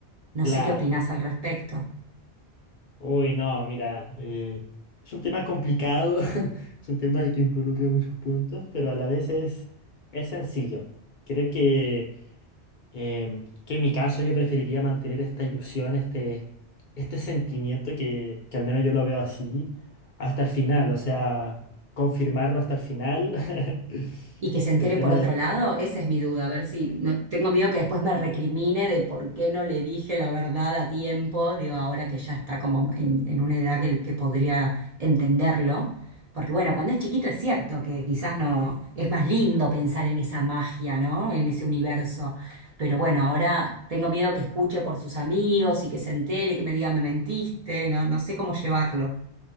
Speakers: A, on the right (about 45°); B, on the left (about 55°).
A: No
B: Claro.
A: sé qué opinás al respecto.
B: Uy, no, mira, eh, es un tema complicado, <laughs> es un tema que involucra muchos puntos, pero a la vez es, es sencillo. Creo que, em, que en mi caso yo preferiría mantener esta ilusión, este, este sentimiento que, que al menos yo lo veo así, hasta el final, o sea, confirmarlo hasta el final. <laughs>
A: y que se entere
B: El tema
A: por otro
B: de,
A: lado, esa es mi duda, a ver si no tengo miedo que después me recrimine de por qué no le dije la verdad a tiempo, digo, ahora que ya está como en, en una edad que, que podría entenderlo. Porque bueno, cuando es chiquito es cierto que quizás no es más lindo pensar en esa magia, ¿no? En ese universo. Pero bueno, ahora tengo miedo que escuche por sus amigos y que se entere y que me diga me mentiste, no, no sé cómo llevarlo.